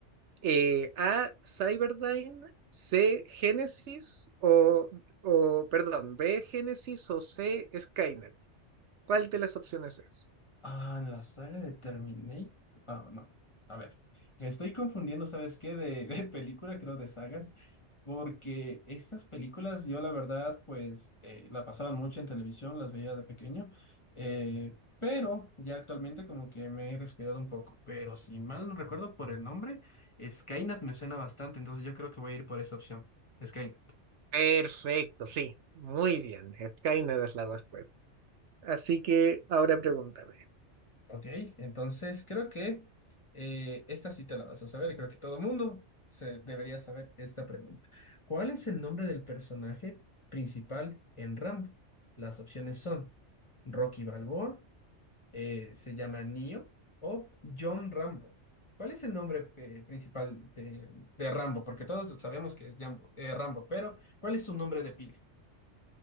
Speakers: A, on the right (about 75°); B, on the left (about 25°).
A: eh, A, Cyberdyne, C, Genesis o, o, perdón, B, Genesis o C, Skynet. ¿Cuál de las opciones es?
B: Ah, la saga de Terminator. Ah, no. A ver. Me estoy confundiendo, ¿sabes qué? De, <laughs> de película, creo, de sagas. Porque estas películas, yo la verdad, pues eh, la pasaban mucho en televisión, las veía de pequeño. eh, pero ya actualmente, como que me he descuidado un poco. Pero si mal no recuerdo por el nombre, Skynet me suena bastante. Entonces yo creo que voy a ir por esa opción. Skynet.
A: Perfecto, sí, muy bien. Skynet es la respuesta. Así que ahora pregúntame.
B: Ok, entonces creo que eh, esta sí te la vas a saber, creo que todo mundo se debería saber esta pregunta. ¿Cuál es el nombre del personaje principal en Rambo? Las opciones son Rocky Balboa, eh, se llama Neo o John Rambo. ¿Cuál es el nombre eh, principal de, de Rambo? Porque todos sabemos que es Jambo- eh, Rambo, pero ¿cuál es su nombre de pila?